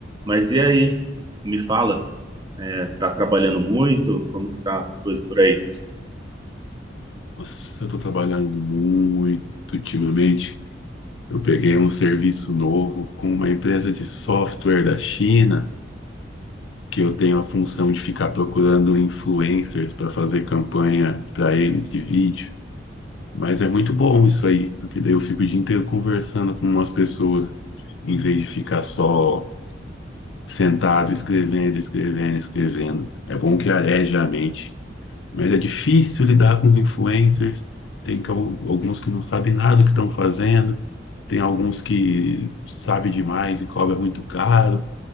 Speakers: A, on the right; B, on the left.
A: Mas e aí? Me fala, é, tá trabalhando muito? Como que tá as coisas por aí?
B: Nossa, eu tô trabalhando muito ultimamente. Eu peguei um serviço novo com uma empresa de software da China, que eu tenho a função de ficar procurando influencers para fazer campanha para eles de vídeo. Mas é muito bom isso aí, porque daí eu fico o dia inteiro conversando com umas pessoas, em vez de ficar só sentado escrevendo, escrevendo, escrevendo. É bom que areja a mente. Mas é difícil lidar com os influencers. Tem que- alguns que não sabem nada do que estão fazendo, tem alguns que sabem demais e cobra muito caro,